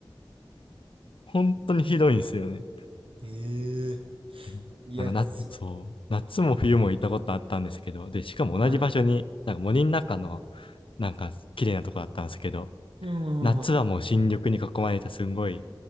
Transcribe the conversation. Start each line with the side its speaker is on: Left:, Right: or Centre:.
Left: 本当にひどいんですよね。
Right: ええー
Left: でもなんかな、
Right: いや、そ、
Left: そう、夏も冬も行ったことあったんですけど、で、しかも同じ場所に、
Right: はい。
Left: なんか森の中の、なんか綺麗なとこだったんですけど、
Right: はいはいはいはい。
Left: 夏はもう新緑に囲まれたすんごい